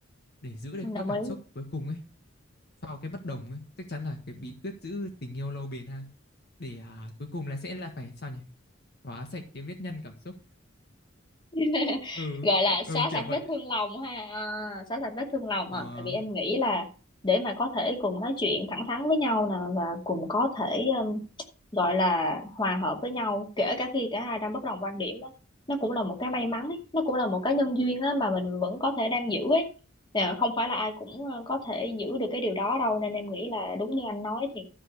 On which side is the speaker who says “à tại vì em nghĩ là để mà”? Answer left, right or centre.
Left